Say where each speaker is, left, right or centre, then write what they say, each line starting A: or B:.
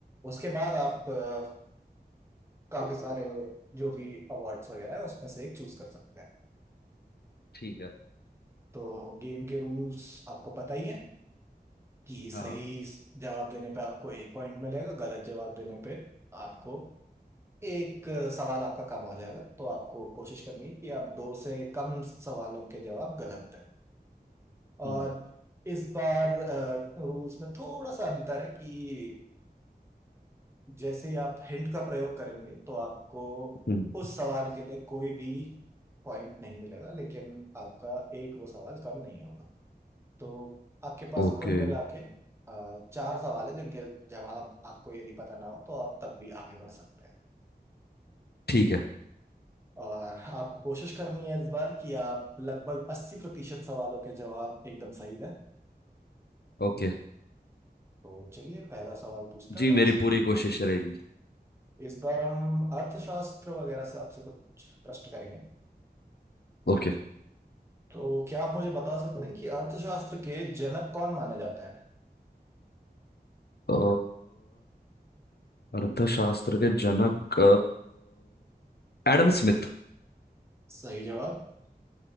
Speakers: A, on the right; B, on the left.
A: उसके बाद आप अ, काफी सारे जो भी अवार्ड्स वगैरह है उसमें से एक चूज कर सकते हैं
B: ठीक है
A: तो गेम के रूल्स आपको पता ही है कि सही
B: हाँ
A: जवाब देने पे आपको एक पॉइंट मिलेगा गलत जवाब देने पे आपको एक अ, सवाल आपका कम हो जाएगा तो आपको कोशिश करनी है कि आप दो से कम सवालों के जवाब गलत दें
B: हम्म।
A: और इस बार रूल्स में थोड़ा सा अंतर है कि जैसे ही आप हिंट का प्रयोग करेंगे तो आपको
B: हम्म,
A: उस सवाल के लिए कोई भी पॉइंट नहीं मिलेगा लेकिन आपका एक वो सवाल कम नहीं होगा तो आपके पास
B: ओके
A: कुल मिला के अ, चार सवाल है जिनके जवाब आपको यदि पता ना हो तो आप तब भी आगे बढ़ सकते हैं
B: ठीक है
A: और आपको कोशिश करनी है इस बार कि आप लगभग अस्सी प्रतिशत सवालों के जवाब एकदम सही दें
B: ओके
A: तो चलिए पहला सवाल पूछते हैं
B: जी
A: हम आपसे
B: मेरी पूरी कोशिश रहेगी
A: इस बार हम अर्थशास्त्र वगैरह से आपसे कुछ प्रश्न करेंगे
B: ओके
A: तो क्या आप मुझे बता सकते हैं कि अर्थशास्त्र के जनक कौन माने जाते हैं
B: अ, अर्थशास्त्र के जनक अ, एडम स्मिथ
A: सही जवाब